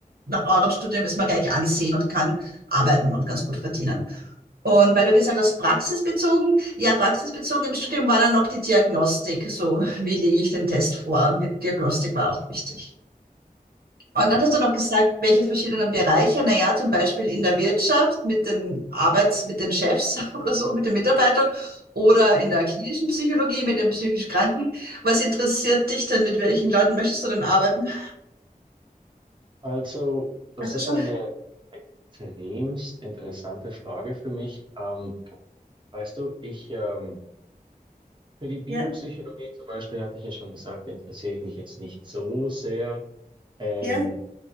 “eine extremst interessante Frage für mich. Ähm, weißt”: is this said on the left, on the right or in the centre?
Right